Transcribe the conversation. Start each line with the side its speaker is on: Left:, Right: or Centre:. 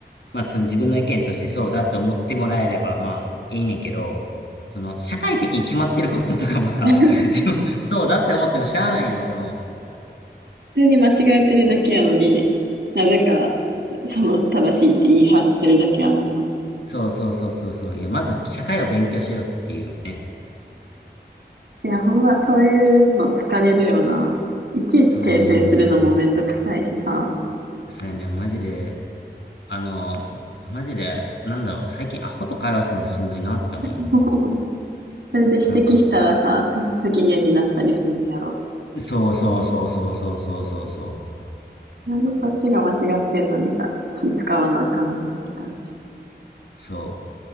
Left: まあ、その自分の意見としてそうだって思ってもらえれば、まあ、いいねんけど、その、社会的に決まってることとかもさ、
Right: <laughs> 普
Left: <laughs> 自分、そうだって思ってもしゃあないやんと思う。
Right: 通に間違えてるだけやのに、なぜかその正しいって言い張ってるだけやもんな。
Left: そうそうそうそうそう。いや、まず社会を勉強しようっていうね。
Right: いや、ほんまそういうの疲れるよな。いちいち訂正するのもめんどくさいしさ。
Left: そうやねん。もうそうやねん。マジで、あの、マジで、なんだろう、最近アホと会話するのしんどいなって思う。
Right: <laughs> それで指摘したらさ、
Left: なんか、
Right: 不不機嫌になったりすんのやろ。
Left: そうそうそうそうそうそうそうそう。
Right: なんでそっちが間違ってんのにさ、気使わなあかんのって感じ。
Left: そ